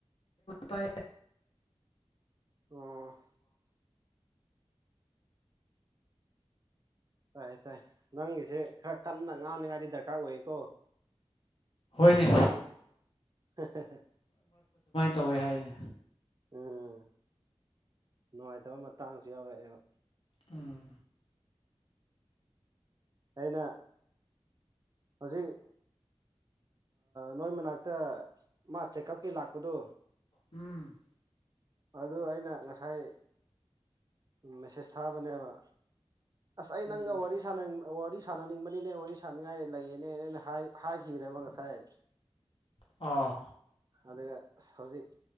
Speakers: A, on the left; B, on the right.
A: ꯇ
B: ꯑ ꯇꯥꯏ ꯇꯥꯏ ꯅꯪꯒꯤꯁꯦ ꯈꯔ ꯀꯟꯅ ꯉꯥꯡꯅꯉꯥꯏꯗꯤ ꯗꯔꯀꯥꯔ ꯑꯣꯏꯀꯣ
A: ꯀꯅꯦ
B: <unintelligible>
A: ꯇꯧꯋꯦ ꯍꯥꯏꯅꯦ
B: ꯎꯝ ꯅꯨꯡꯉꯥꯏꯇꯕ ꯃꯇꯥꯡꯁꯨ ꯌꯥꯎꯔꯛꯑꯦꯕ
A: ꯑꯥ
B: ꯑꯩꯅ ꯍꯧꯖꯤꯛ ꯅꯣꯏ ꯃꯅꯥꯛꯇ ꯃꯥ ꯆꯦꯛꯑꯞꯀꯤ ꯂꯥꯛꯄꯗꯨꯣ
A: ꯎꯝ
B: ꯑꯗꯨ ꯑꯩꯅ ꯉꯁꯥꯏ ꯃꯦꯁꯦꯖ ꯊꯥꯕꯅꯦꯕ ꯑꯁ ꯑꯩ
A: ꯎꯝ
B: ꯅꯪꯒ ꯋꯥꯔꯤ ꯁꯥꯅꯅꯤꯡ ꯋꯥꯔꯤ ꯁꯥꯟꯅꯅꯤꯡꯕꯅꯤꯅꯦ ꯋꯥꯔꯤ ꯁꯥꯟꯅꯤꯡꯉꯥꯏ ꯂꯩꯌꯦꯅꯦ ꯑꯩꯅ ꯍꯥꯏꯈꯤꯕꯅꯦꯕ ꯉꯁꯥꯏ
A: ꯑꯥ
B: ꯑꯗꯨꯒ ꯑ ꯍꯧꯖꯤꯛ